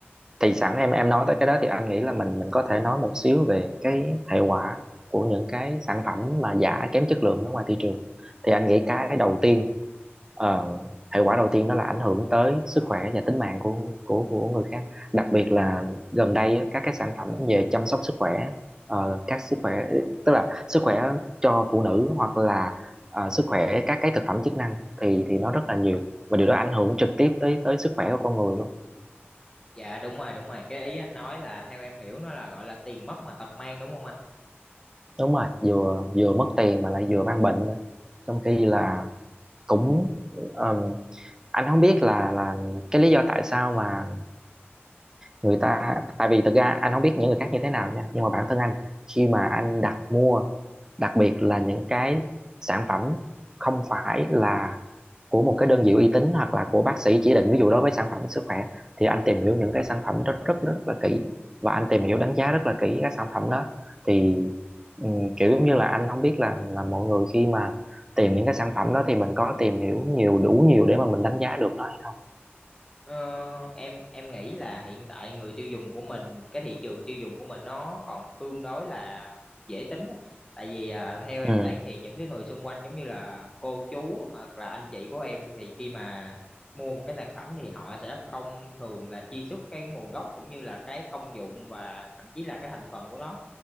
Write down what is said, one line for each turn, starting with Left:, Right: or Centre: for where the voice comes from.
Right: thì sẵn em em nói tới cái đó thì anh nghĩ là mình mình có thể nói một xíu về cái hệ quả của những cái sản phẩm mà giả kém chất lượng ở ngoài thị trường thì anh nghĩ cái đầu tiên Ờ, hệ quả đầu tiên đó là ảnh hưởng tới sức khỏe và tính mạng của của của người khác đặc biệt là gần đây á, các cái sản phẩm về chăm sóc sức khỏe ờ, các sức khỏe tức là sức khỏe cho phụ nữ hoặc là ờ, sức khỏe các cái thực phẩm chức năng thì thì nó rất là nhiều và điều đó ảnh hưởng trực tiếp tới tới sức khỏe của con người luôn
Left: dạ đúng rồi đúng rồi cái ý anh nói là theo em hiểu nó là gọi là tiền mất mà tật mang đúng không anh
Right: đúng rồi vừa vừa mất tiền mà lại vừa mang bệnh nữa trong khi là cũng ờm, anh không biết là là cái lý do tại sao mà người ta tại vì thực ra anh không biết những người khác như thế nào nha nhưng mà bản thân anh khi mà anh đặt mua đặc biệt là những cái sản phẩm không phải là của một cái đơn vị uy tín hoặc là của bác sĩ chỉ định ví dụ đối với sản phẩm sức khỏe thì anh tìm hiểu những cái sản phẩm rất rất rất, rất là kỹ và anh tìm hiểu đánh giá rất là kỹ các sản phẩm đó thì ừm, kiểu giống như là anh không biết là là mọi người khi mà tìm những cái sản phẩm đó thì mình có tìm hiểu nhiều đủ nhiều để mà mình đánh giá được nó hay không
Left: Ờ, em em nghĩ là hiện tại người tiêu dùng của mình cái thị trường tiêu dùng của mình nó còn tương đối là dễ tính á. tại vì à, theo em
Right: ừ
Left: thấy thì những cái người xung quanh giống như là cô chú hoặc là anh chị của em thì khi mà mua một cái sản phẩm thì họ sẽ không thường là truy xuất cái nguồn gốc cũng như là cái công dụng và thậm chí là cái thành phần của nó